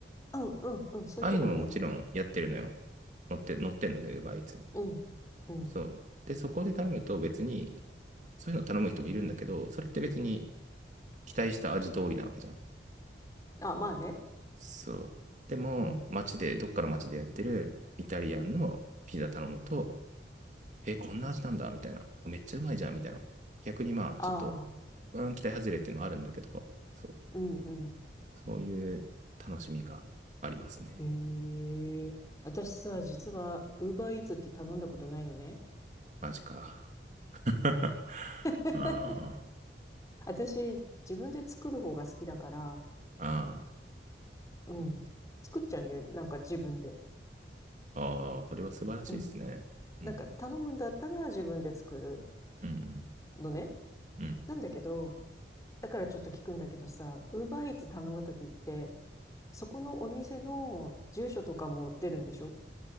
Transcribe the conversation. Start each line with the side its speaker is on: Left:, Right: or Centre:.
Left: あー、うん、うん、うん、そういうとこね。
Right: ああいうのももちろんやってるのよ。乗って、乗ってんのね、ウーバーイーツに。
Left: うん、うん。
Right: そう。で、そこで頼むと別に、そういうの頼む人もいるんだけど、それって別に期待した味通りなわけじゃん。
Left: あ、まあね。
Right: そう。でも、
Left: うん、
Right: 街で、どっかの街でやってるイタリアンのピザ頼むと、え、こんな味なんだみたいな。
Left: うん。
Right: めっちゃうまいじゃんみたいな。逆にまあ、
Left: ああ、
Right: ちょっと、うん、期待外れっていうのはあるんだけど、そう。
Left: うん、うん。
Right: そういう楽しみがありますね。
Left: へえ私さ、実は、ウーバーイーツって頼んだことないのね。
Right: マジか。<laughs>
Left: <laughs>
Right: あ
Left: 私、自分で作る方が好きだから、
Right: ああ
Left: うん。作っちゃうんだよね。なんか自分で。
Right: あ、ああ、それは素晴らしいですね。
Left: うん。なんか頼むんだったら自分で作る
Right: うん。うん
Left: のね。
Right: うん。うん。
Left: なんだけど、だからちょっと聞くんだけどさ、ウーバーイーツ頼むときって、そこのお店の住所とかも出るんでしょ